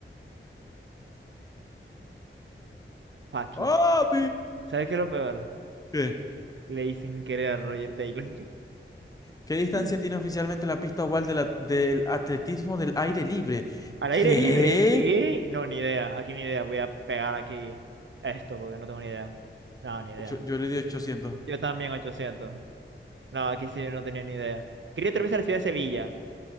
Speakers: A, on the right (about 65°); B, on the left (about 15°).
A: Fuck
B: ¡Papi!
A: you. ¿Sabes qué es lo peor?
B: ¿Qué?
A: Leí sin querer a Roger Taylor.
B: ¿Qué distancia
A: <laughs>
B: tiene oficialmente la pista oval de la- del atletismo del aire libre?
A: Al
B: ¿Qué?
A: aire libre, ¿qué? No, ni idea. Aquí ni idea. Voy a pegar aquí esto porque no tengo ni idea. No, ni idea.
B: Ocho- yo le di ochocientos.
A: Yo también 800. No, aquí sí no tenía ni idea. Quería atravesar la ciudad de Sevilla.